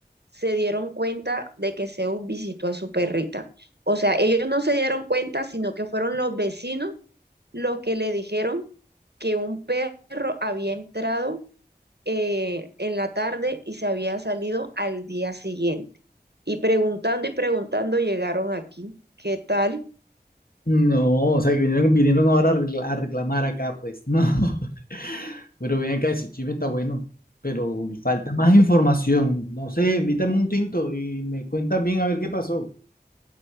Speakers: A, on the right; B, on the left.
A: se dieron cuenta de que Zeus visitó a su perrita. O sea, ellos no se dieron cuenta, sino que fueron los vecinos los que le dijeron que un perro había entrado eh, en la tarde y se había salido al día siguiente. Y preguntando y preguntando llegaron aquí. ¿Qué tal?
B: No, o sea que vinieron, vinieron ahora a recla- a reclamar acá, pues. No, <laughs> pero ven acá, ese chisme está bueno, pero falta más información. No sé, invítame un tinto y me cuentas bien a ver qué pasó.